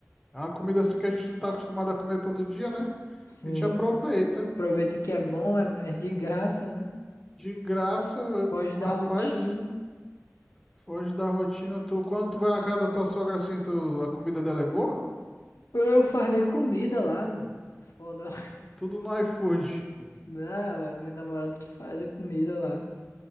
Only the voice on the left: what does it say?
Sim.
Aproveita que é bom, é, é de graça, né?
Pode dar
rotina.
Eu faz nem comida lá, mano. Foda.
<laughs> Não, é a minha namorada que faz a comida lá.